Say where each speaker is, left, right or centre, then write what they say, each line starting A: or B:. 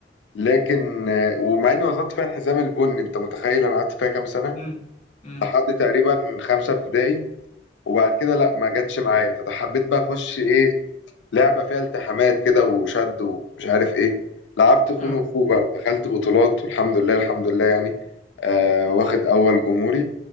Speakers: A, on the left (about 80°); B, on the left (about 40°).
A: لكن آه، ومع اني وصلت فيها الحزام البني انت متخيل انا قعدت فيها كام سنة
B: امم امم
A: لحد تقريبا خمسة ابتدائي وبعد كده لا ما جاتش معايا فحبيت بقى اخش ايه لعبة فيها التحامات كده وشد ومش عارف ايه لعبت كونغ
B: اه
A: فو بقى ودخلت بطولات والحمد لله الحمد لله يعني آه واخد أول جمهوري